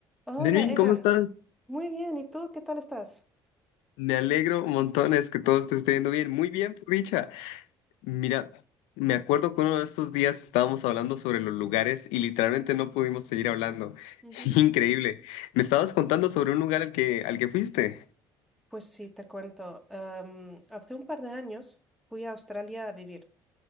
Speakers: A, in the centre; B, on the left (about 80°).
A: Hola,
B: Delvin,
A: Egan.
B: ¿cómo estás?
A: Muy bien, ¿y tú qué tal estás?
B: Me alegro montones que todo te esté yendo bien. Muy bien, por dicha. Mira, me acuerdo que uno de estos días estábamos hablando sobre los lugares y literalmente no pudimos seguir hablando.
A: Ujú.
B: <laughs> Increíble. Me estabas contando sobre un lugar al que, al que fuiste.
A: Pues sí, te cuento. Em, hace un par de años fui a Australia a vivir